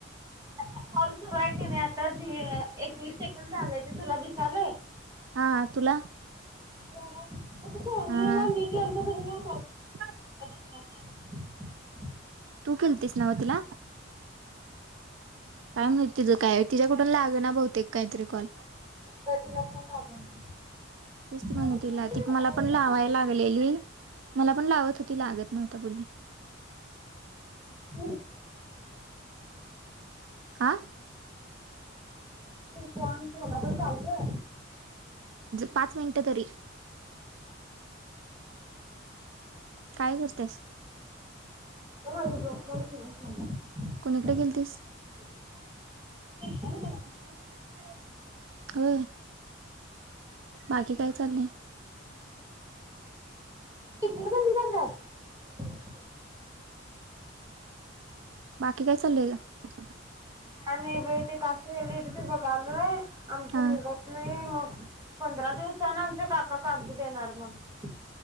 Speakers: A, on the right (about 20°); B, on the right (about 70°).
A: आता कॉल सुरू आहे की नाही आता ज एकवीस सेकंड झालेय ते तुला दिसालय
B: हा तुला
A: <inaudible> सोनी
B: हा
A: ला मी केलतं का नई?
B: <inaudible>
A: <unintelligible>
B: तू केलतीस नव तिला? काय माहीत तिचं काय तिच्या कुठून लाग ना बहुतेक काहीतरी कॉल
A: तर तिला फोन लावला
B: तेच ती <unintelligible>
A: आणि पुढे
B: ती
A: अ,
B: मला पण
A: म्हणजे
B: लावाय लागलेली मला पण लावत होती लागत नव्हता बोली
A: <unintelligible> <unintelligible>
B: हा
A: फोन ठेवला तर चालतंय
B: पाच मिनिटं तरी काय करतेस?
A: <unintelligible>
B: कोणीकडे गेलतीस
A: <unintelligible>
B: <unintelligible> हो, बाकी काय चाललंय?
A: कितीला बंद झाल्यात?
B: बाकी काय चाललंय ग?
A: काही नाही <unintelligible> ते लय <unintelligible> काल नाही आमच
B: हा
A: निघत नाही मग पंधरा दिवसान आमच काका कागदं देणार म्हणं